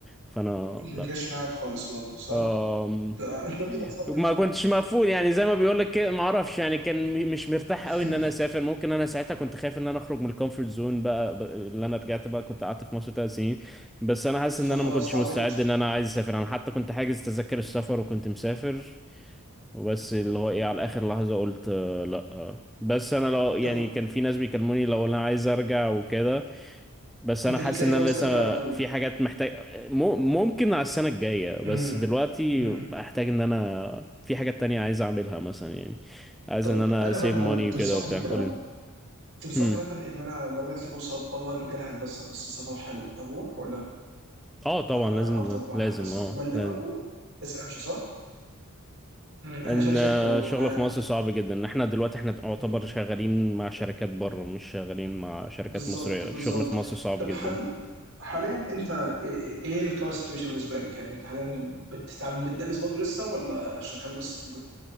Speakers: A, in the centre; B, on the right (about 60°).
A: فانا
B: ما
A: لا
B: جاش معاك خالص الوضع صح؟
A: أم...
B: انت انت ضد الاطفال
A: ما
B: تماما
A: كنتش مقفول يعني زي ما بيقول لك كده ما اعرفش يعني كان م- مش مرتاح
B: <laughs>
A: قوي ان انا اسافر ممكن انا ساعتها كنت خايف ان انا اخرج من الكومفورت زون بقى ب- اللي انا رجعت بقى كنت قعدت في مصر ثلاث سنين بس انا حاسس ان
B: فخلاص
A: انا ما كنتش
B: تعودت
A: مستعد ان انا عايز اسافر انا حتى كنت حاجز تذاكر السفر وكنت مسافر وبس اللي هو ايه على اخر لحظة قلت آه، لا آه. بس انا لو يعني
B: طب
A: كان في ناس بيكلموني لو انا عايز ارجع وكده بس
B: ممكن
A: انا حاسس
B: تلاقي
A: ان
B: فرص
A: انا لسه
B: ترجع على طول
A: في حاجات محتاج مو- ممكن على السنة الجاية بس
B: امم
A: دلوقتي
B: امم
A: احتاج ان انا في حاجات تانية عايز اعملها مثلا يعني عايز
B: طب
A: ان انا
B: انا
A: سيف
B: مثلا
A: ماني
B: تنصحني
A: وكده وبتاع
B: كده
A: قول لي.
B: تنصحني
A: هم.
B: مثلا ان انا لو جات لي فرصه بره مجال الهندسه بس سفر حلو اروح ولا
A: اه طبعا لازم
B: افضل مع
A: لازم
B: الهندسه
A: اه
B: ولا
A: لازم
B: اروح بس امشي صح؟ مم. انا
A: ان
B: شايف شايف
A: آه،
B: كده برضه
A: الشغل
B: ه-
A: في مصر صعب جدا ان احنا دلوقتي احنا نعتبر
B: مم.
A: شغالين مع شركات بره مش شغالين مع شركات
B: بالظبط
A: مصرية
B: بالظبط
A: الشغل في مصر صعب
B: طب
A: جدا
B: حل حاليا انت ايه إيه الكورس سيتويشن بالنسبه لك يعني انت حاليا بتتعامل بتدرس برضه لسه ولا شغال بس في